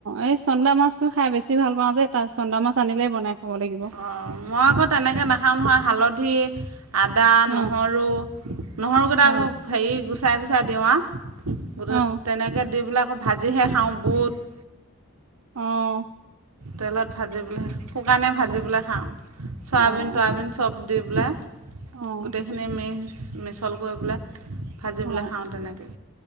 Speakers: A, on the right; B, on the right.
A: এই চন্দা মাছটো খাই বেছি ভাল পাওঁ যে তাৰ চন্দা মাছ চানিলে বনাই খাব লাগিব
B: অ' মই আকৌ তেনেকে নাখাওঁ নহয় হালধি আদা,
A: অ',
B: নহৰু নহৰুকেইটা
A: অ',
B: আকৌ হেৰি গ চাই গোচাই দিওৱা। <unintelligible>
A: অ',
B: আকৌ ভাজিহে খাওঁ বুত -
A: আহ।
B: তেলত ভাজিবলৈ শুকানে
A: হেল্ল',
B: ভাজিবলৈ খাওঁ চয়াবিন
A: অ',
B: তৰাবিন চব দি পেলে -
A: অ',
B: গোটেইখিনি মেছ- মিছল কৰি পেলে - ভাজি
A: অ',
B: পেলাই খাওঁ তেনেকৈ